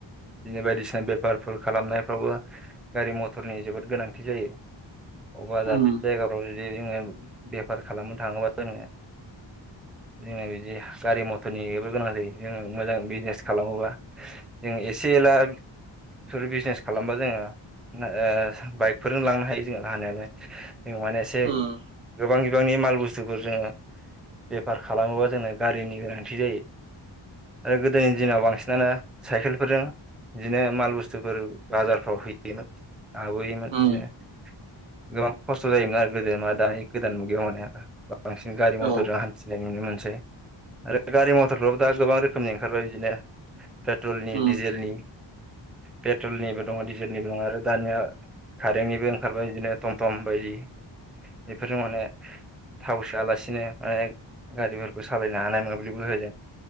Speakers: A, in the centre; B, on the right.
A: बिदिनो बायदिसिना बेफारफोर खालामनायफ्रावबो गारि-मथरनि जोबोद गोनांथि जायो। अबेबा दाबसे
B: उम
A: जायगाफ्राव जुदि जोङो बेफार खालामनो थाङोबा जोङो
B: <inaudible>
A: जोङो बिदि गारि-मथरनिबो गोनां जायो जोङो मोजां बिजनेस खालामोबा जों एसे जलाफोर बिजनेस खालामबा जोङो ओ बाइकफोरजों लांनो हायो। जोंहा हानायालाय जों माने एसे
B: उम
A: गोबां बिबांनि माल बुस्थुफोर जोङो बेफार खालामोबा जोंनो गारिनि गोनांथि जायो। ओ गोदोनि दिनाव बांसिननानो सायखेलफोरजों बिदिनो माल बुस्थुफोर बाजारफ्राव होयोमोन लाबोयोमोन बिदिनो
B: उम उम
A: गोबां खस्थ' जायोमोन आरो गोदो मा दानि गोदान मुगैया माने बांसिन गारि
B: औ
A: मथरजों हान्थि नुनो मोनसै आरो गारि मथरफ्राबो दा गोबां रोखोमनि ओंखारबाय बिदिनो पेट्रलनि
B: उम
A: डिजेल नि पेट्रलनिबो दङ डिजेलनिबो दङ आरो दानिया कारेन्टनिबो ओंखारबाय बिदिनो टमटम बायदि बेफोरजों माने थाव सोआलासिनो बायग गारिफोरखौ सालायनो हानाय मोबलिब गोहोजों